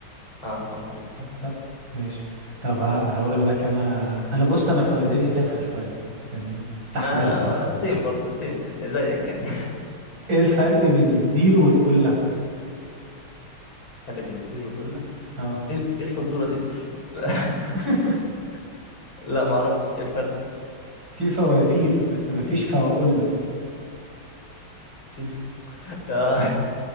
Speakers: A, on the left; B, on the right.
A: اه مظبوط
B: صح ماشي طب ه- هقول لك انا انا بص انا فوازيري تنحى شويه يعني
A: <laughs>
B: استحملها
A: ما
B: بقى
A: سيم برضه سيم زيك يعني
B: ايه الفرق بين الزير والقله
A: <laughs> فرق بين الزيرو والقله
B: اه
A: ايه إيه الفزوره دي <laughs>
B: <laughs>
A: لا ما اعرفش ايه الفرق
B: في فوازير بس ما فيش فواقله
A: في آه